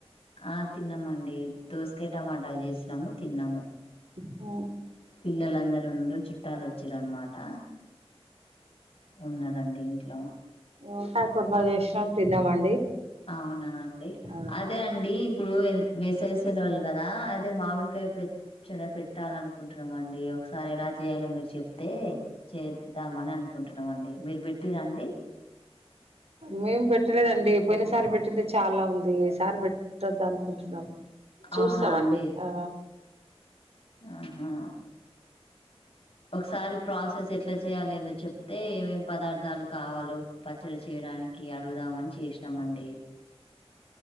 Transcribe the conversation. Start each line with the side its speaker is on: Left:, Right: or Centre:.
Left: ఆ తిన్నామండి దోసె క్కె టమాటా చేసినాము తిన్నాము.
Right: హ
Left: పిల్లలందరు ఉండరు చుట్టాలు వచ్చిరనమాట. ఉన్నారండి ఇంట్లో
Right: వంకాయ్ కుర్మా చేసినాం తిన్నామండి
Left: అవునా అండి
Right: ఆ
Left: అదే అండి ఇప్పుడు ఎం వేసేస్ సెలవులు కదా అదే మామిడికాయ పచ్చడ పెట్టాల అనుకుంటున్నామండి ఒకసారి ఎలా చేయాలో మీరు చెప్తే చేద్దామని అనుకుంటున్నామండి మీరు పెంటిండ్ర అండి.
Right: మేం పెట్టలేదండి పోయిన సారి పెట్టింది చాలా ఉంది ఈ సారి పెట్టద్ద అనుకుంటున్నాం. చూస్తామండి
Left: అవునా అండి
Right: ఆ
Left: ఆహా ఒకసారి ప్రాసెస్ ఎట్లా చేయాలేందో చెప్తే ఏమేమి పదార్థాలు కావాలో పచ్చడి చేయడానికి అడుగుదామని చేేసినామండి